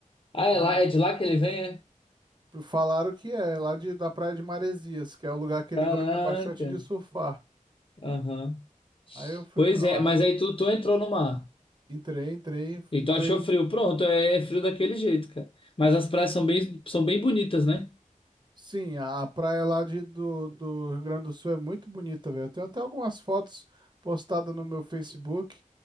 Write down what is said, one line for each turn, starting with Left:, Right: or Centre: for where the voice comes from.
Left: Ah, é
Right: não.
Left: lá, é de lá que ele vem, é?
Right: Falaram que é lá de, da Praia de Maresias, que é o lugar que
Left: Caraca.
Right: ele gosta bastante de surfar.
Left: Aham.
Right: Aí eu fui
Left: Pois
Right: pra lá,
Left: é, mas
Right: conheci.
Left: aí tu, tu entrou no mar.
Right: Entrei, entrei, fui-
Left: E tu
Right: entrei.
Left: achou frio? Pronto, é, é frio daquele jeito, cara. Mas as praias são bem, são bem bonitas, né?
Right: Sim, a a praia lá de, do, do Rio Grande do Sul é muito bonita, velho. Eu tenho até algumas fotos postadas no meu Facebook